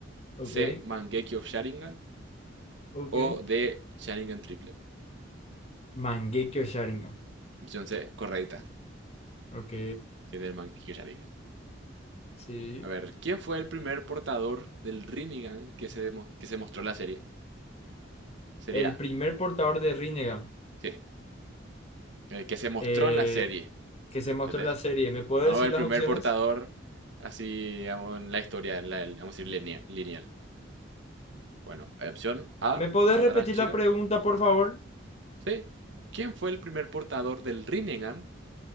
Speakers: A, on the left; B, on the right.
A: ok,
B: C. Mangeki of Sharingan.
A: ok.
B: O D. Sharingan triple.
A: Mangekyo Sharingan.
B: Opción C, correcta.
A: Ok,
B: Tiene el Mangeki Sharingan.
A: sí.
B: A ver, ¿quién fue el primer portador del Rinnegan que se, que se mostró en la serie? Sería,
A: El primer portador de Rinnegan.
B: sí, el que se mostró
A: Eh,
B: en la serie,
A: que se mostró
B: ¿entendés?
A: en la serie. ¿Me puedes
B: No
A: decir
B: el
A: las
B: primer
A: opciones?
B: portador así, digamos, en la historia, en la, vamos a decir, lineal. Bueno, opción A,
A: ¿Me podés
B: Madara
A: repetir
B: Chica.
A: la pregunta, por favor?
B: Sí. ¿Quién fue el primer portador del Rinnegan